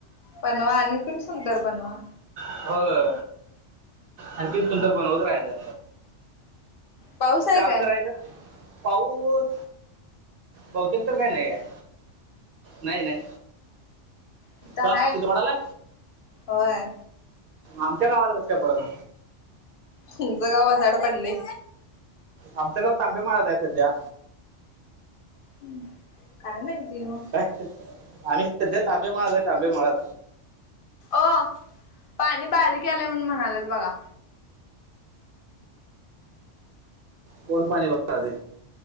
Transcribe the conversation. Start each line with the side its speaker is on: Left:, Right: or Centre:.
Left: बनवा आणखीन सुंदर बनवा.
Right: होय आणखीन सुंदर बनवत राहाचं.
Left: पाऊस आहे
Right: काम
Left: काय?
Right: करायचं. पाऊस बहुतेक तर काय नाही आहे नाही नाही.
Left: इथ
Right: का
Left: हाय
Right: तिथं पडलाय
Left: होय
Right: आमच्या गावाला कस काय पडना.
Left: तुमचं गाव वसाड पडलय.
Right: आमचं गाव तांबे मळ्यात आहे सध्या.
Left: हम्म काय माहिती म.
Right: आम्ही सध्या तांबे मळ्यात तांबे मळ्यात.
Left: ओ पाणी बारीक यालय म्हणून म्हणालेत बघा.
Right: कोण पाणी भरालय.